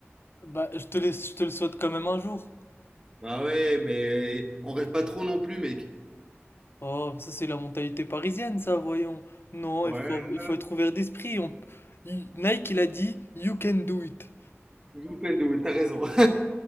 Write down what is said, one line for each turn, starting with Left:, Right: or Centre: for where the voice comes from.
Left: Bah, je te laisse, je te le souhaite quand même un jour.
Right: Bah ouais, mais on rêve pas trop non plus, mec.
Left: Oh, ça c'est la mentalité parisienne, ça, voyons. Non,
Right: Ouais,
Left: il faut,
Right: ouais,
Left: il faut être ouvert d'esprit. On- il- Nike, il a dit, You can do it.
Right: Nintendo, t'as raison. <laughs>